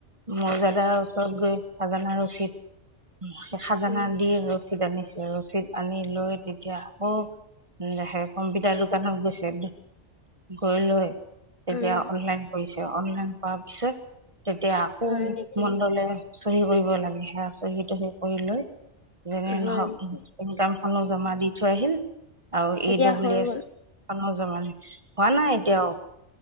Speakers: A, on the right; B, on the left.
A: মৌজাদাৰ ওচৰত গৈ খাজানা ৰ <unintelligible> খাজানা
B: উম,
A: দি ৰচিদ আনি ৰচিদ আনি লৈ তেতিয়া আকৌ সে কম্পিউটাৰ দোকানত গৈছে গৈ লৈ তেতিয়া
B: উম,
A: অনলাইন কৰি ছে অনলাইন কৰা পিছত তেতিয়া আকৌ
B: হয় নেকি?
A: মণ্ডলে চহী কৰিব লাগে হেয়া চহি তহা সি কৰি লৈ যে
B: হয়
A: নহক
B: নেকি
A: ইনকাম খনো জমা দি থৈ আহিল আৰু
B: এতিয়া
A: ই ডব্লিউ
B: হৈ
A: এছ
B: গ'ল
A: খনো হোৱা নাই এতিয়াও৷